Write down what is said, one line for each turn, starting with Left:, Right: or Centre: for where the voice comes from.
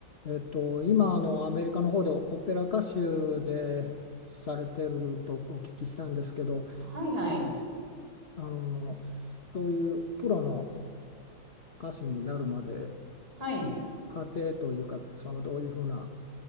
Left: えっと、今あのアメリカの方でオオペラ歌手でされてるとお聞きしたんですけど、
Right: はいはい。
Left: あのそういうプロの歌手になるまで
Right: はい。
Left: の過程というか、そのどういうふうな